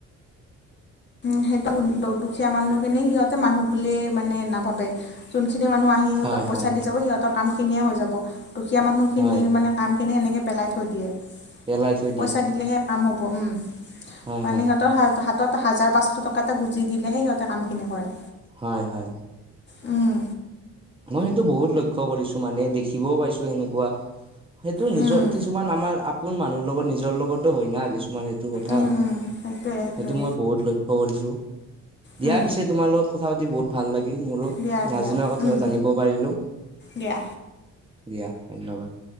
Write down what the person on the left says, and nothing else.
উ সেইটো দুখীয়া মানুহখিনি সিহতে মানুহ বুলিয়ে মানে নাভাবে যোনখিনি মানুহ আ- সিহঁতক
পইচা
দি যাব সিহঁতৰ কামখিনিয়ে হৈ যাব দুখীয়া মানুহখিনিৰ
মানে কামখিনি সেনেকে পেলাই থৈ দিয়ে।
পইচা
দিলেহে কাম হ'ব উম
মানে
সিহঁতৰ হাজ হাত হাজাৰ পাঁচশ টকা এটা গুজি দিলেহে সিহঁতে কামখিনি কৰে।
উম।
উম
উম উম
সেইটোৱে সেইটোৱে
উম
দিয়া
দিয়া
উম
দিয়া